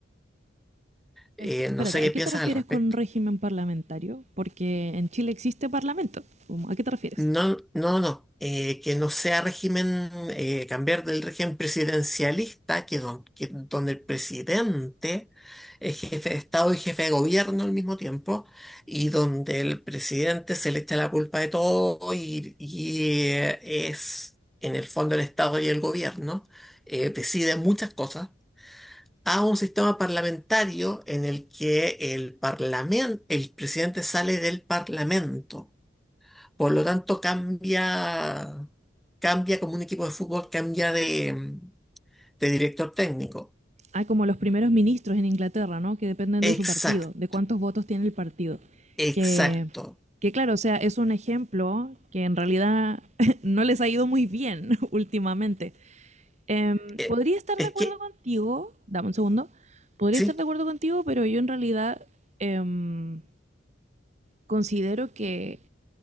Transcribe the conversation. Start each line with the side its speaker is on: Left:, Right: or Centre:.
Centre: Eh,
Right: Aquí- espérate,
Centre: no sé qué
Right: ¿a
Centre: piensas
Right: qué te refieres
Centre: al respecto.
Right: con régimen parlamentario? Porque en Chile existe parlamento. ¿Cómo- ¿A qué te refieres?
Centre: No, no, no. eh, que no sea régimen, eh, cambiar del régimen presidencialista, que, don- que- donde el presidente es jefe de Estado y jefe de gobierno al mismo tiempo, y donde el presidente se le echa la culpa de todo y, y, eh, es, en el fondo, el Estado y el gobierno, eh, deciden muchas cosas, a un sistema parlamentario en el que el parlamen- el presidente sale del parlamento. Por lo tanto, cambia, cambia como un equipo de fútbol, cambia de, de director técnico.
Right: Hay como los primeros ministros en Inglaterra, ¿no? Que dependen
Centre: Exacto,
Right: de su partido, de cuántos votos tiene el partido.
Centre: exacto.
Right: Que, que claro, o sea, es un ejemplo que en realidad <laughs> no les ha ido muy bien <laughs> últimamente. Em,
Centre: Eh,
Right: podría estar
Centre: es
Right: de acuerdo
Centre: que,
Right: contigo, dame un segundo, podría
Centre: sí,
Right: estar de acuerdo contigo, pero yo en realidad em, considero que